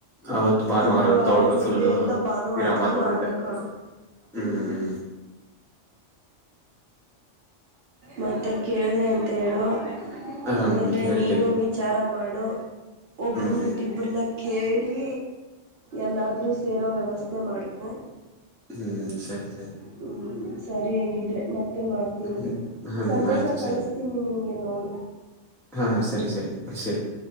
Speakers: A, in the centre; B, on the right.
A: ಅವತ್ ಭಾನುವಾರ
B: ಒಂದು
A: ಅಂತೂ
B: ವಾರದ
A: ಅವ್ಳದ
B: ನಿದ್ದೆ
A: ಫುಲ್
B: ಎಲ್ಲ ಭಾನುವಾರನೇ
A: ವಿರಾಮ ತಗೊಳ್ದೆ
B: ಮಾಡ್ಬೇಕಳು
A: ಹ್ಮ್್ಮ
B: ಹ್ಮ್ ಮತ್ತೆ ಕೇಳಿದೆ ಅಂತ ಹೇಳು
A: ಹ್ಮ್
B: ಆಮೇಲೆ
A: ಹೇಳ್ತೀನಿ
B: ನೀನು ವಿಚಾರ ಮಾಡು ಒಬ್ರನ್
A: ಹ್ಮ್
B: ಬಿಟ್ಟ ಇಬರನ್ ಕೇಳಿ ಎಲ್ಲಾದರೂ ಸೇರೋ ವ್ಯವಸ್ಥೆ ಮಾಡ್ಕೊ
A: ಹ್ಮ್ ಸರಿ ಸರಿ
B: ಹ್ಮ್ ಸರಿ ಹಂಗಿದ್ರೆ ಮತ್ತೆ ಮತ್ತೆ ಮಾಡ್ತೀನಿ
A: ಹ್ಮ್ ಹ್ಮ್
B: ಸಂದೇಶ
A: ಆಯ್ತು
B: ಕಳಿಸತೀನಿ
A: ಸರಿ
B: ನಿನ್ಗೆ ನೋಡು
A: ಹಾ ಸರಿ ಸರಿ <unintelligible>